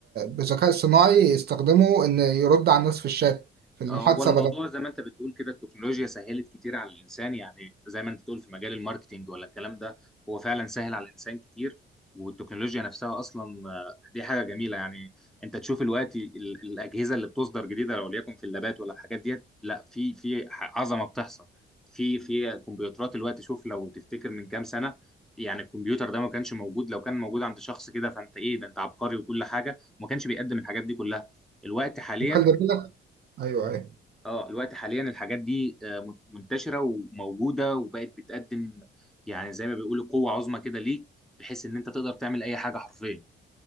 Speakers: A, on the right; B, in the centre.
A: بذكاء صناعي يستخدمه ان يرد على الناس في الشات في المحادثة
B: آه، هو الموضوع
A: بدل
B: زي ما انت بتقول كده التكنولوجيا سهلت كتير على الانسان يعني زي ما انت بتقول في مجال الماركتينج ولا الكلام ده هو فعلا سهل على الانسان كتير والتكنولوجيا نفسها اصلا آه، دي حاجه جميله يعني انت تشوف الوقت ال- الاجهزه اللي بتصدر جديده لو ليكن في اللابات ولا الحاجات ديت لا في في ح- عظمه بتحصل في في كمبيوترات الوقت شوف لو تفتكر من كام سنه يعني الكمبيوتر ده ما كانش موجود لو كان موجود عند شخص كده فانت ايه ده انت عبقري وكل حاجه وما كانش بيقدم الحاجات دي كلها الوقت حاليا
A: وخلي بالك ايوه ايوه
B: اه الوقت حاليا الحاجات دي آه، منتشره وموجوده وبقت بتقدم يعني زي ما بيقولوا قوه عظمى كده ليك بحيث ان انت تقدر تعمل اي حاجه حرفيا